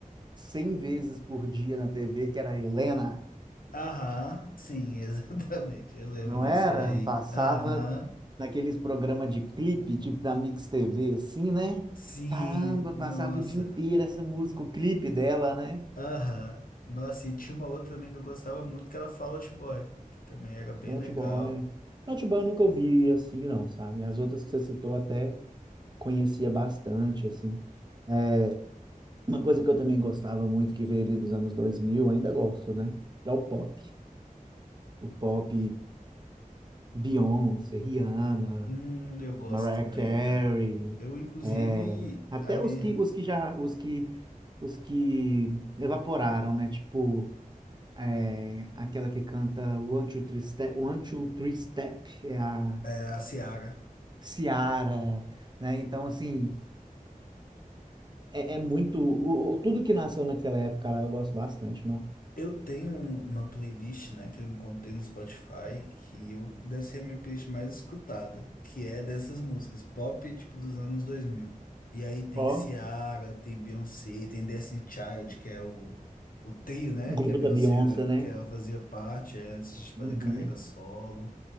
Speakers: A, on the right; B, on the left.
A: 100 vezes por dia na TV, que era Helena.
B: Aham, sim, <laughs> exatamente, eu lembro
A: Não
B: dessa
A: era?
B: aí.
A: Passava
B: Aham,
A: naqueles programas de clipe, tipo da Mix TV, assim, né?
B: sim,
A: Caramba,
B: nossa.
A: passava o dia inteiro essa música, o clipe dela, né?
B: Aham. Nossa, e tinha uma outra também que eu gostava muito, que era Fall Out Boy, que também era bem
A: Naughty
B: legal.
A: Boy. Naughty Boy eu nunca ouvi assim, não, sabe? As outras que você citou até conhecia bastante, assim. É, uma coisa que eu também gostava muito, que veio ali dos anos 2000, ainda gosto, né? É o pop. O pop, Beyoncé, Rihanna,
B: Hum, eu gosto
A: Mariah
B: também,
A: Carey,
B: tá? Eu, inclusive,
A: é, até
B: a minha.
A: os que os que já os que os que evaporaram, né? Tipo é, aquela que canta One Two Three Step, One Two Three Step, é a
B: É, a Ciara.
A: Ciara, né? Então assim é, é muito o, o- tudo que nasceu naquela época, cara, eu gosto bastante, né?
B: Eu tenho um- uma playlist, né, que eu encontrei no Spotify, que eu deve ser a minha playlist mais escutada, que é dessas músicas pop, tipo, dos anos dois mil E aí tem
A: Ó,
B: Ciara, tem Beyoncé, tem Destiny Child, que é o, o trio, né,
A: o grupo
B: que a Beyoncé,
A: da Beyoncé, né?
B: que ela fazia parte antes de fazer
A: Uhum.
B: carreira solo.